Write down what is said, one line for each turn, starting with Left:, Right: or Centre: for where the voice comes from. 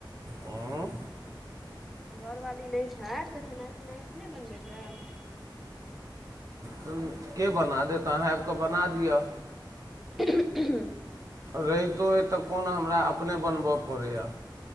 Right: हॅं
Centre: घरवाली नहि छथि तऽ खेनाइ पिनाइ अपने बनबैत हेब
Right: त के बना देत अहाँ आबि कऽ बना दिअ
Centre: ह
Right: रहितो अइ तऽ कोन हमरा अपने बनबय पड़ैए